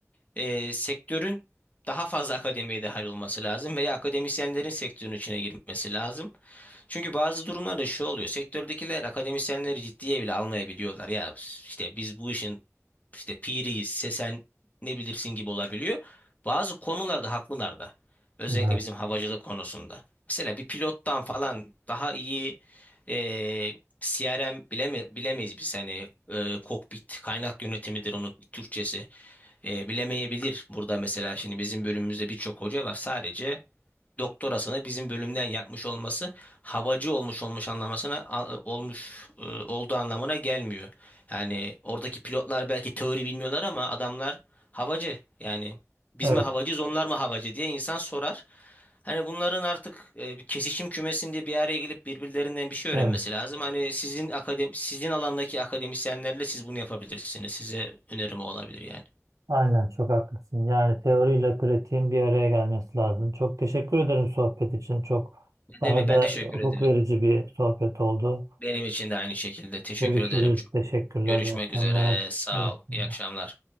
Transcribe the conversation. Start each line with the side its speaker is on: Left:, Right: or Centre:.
Left: e, sektörün daha fazla akademiye dahil olması lazım veya akademisyenlerin sektörün içine girmesi lazım. Çünkü bazı durumlarda şu oluyor. Sektördekiler akademisyenleri ciddiye bile almayabiliyorlar. Ya işte biz bu işin işte piriyiz, se- sen ne bilirsin gibi olabiliyor. Bazı konularda haklılar da. Özellikle
Right: Evet.
Left: bizim havacılık konusunda. Mesela bir pilottan falan daha iyi e, CRM bileme, bilemeyiz biz. Hani e, kokpit kaynak yönetimidir onun Türkçesi. E, bilemeyebilir burada mesela şimdi bizim bölümümüzde birçok hoca var sadece doktorasını bizim bölümden yapmış olması havacı olmuş olmuş anlamasına a- olmuş e, olduğu anlamına gelmiyor. Yani oradaki pilotlar belki teori bilmiyorlar ama adamlar havacı. Yani biz
Right: Evet.
Left: mi havacıyız onlar mı havacı diye insan sorar. Hani bunların artık e, bir kesişim kümesinde bir araya gelip birbirlerinden bir şey öğrenmesi
Right: Evet.
Left: lazım. Hani sizin akademi sizin alandaki akademisyenlerle siz bunu yapabilirsiniz. Size önerim o olabilir yani.
Right: Aynen çok haklısın. Yani teoriyle pratiğin bir araya gelmesi lazım. Çok teşekkür ederim sohbet için. Çok
Left: Ne
Right: bana
Left: deme
Right: da
Left: ben teşekkür
Right: hukuk
Left: ederim.
Right: verici bir sohbet oldu.
Left: Benim için de aynı şekilde teşekkür
Right: Görüşürüz.
Left: ederim.
Right: Teşekkürler.
Left: Görüşmek
Right: İyi akşamlar.
Left: üzere. Sağ
Right: İyi akşamlar.
Left: ol. İyi akşamlar.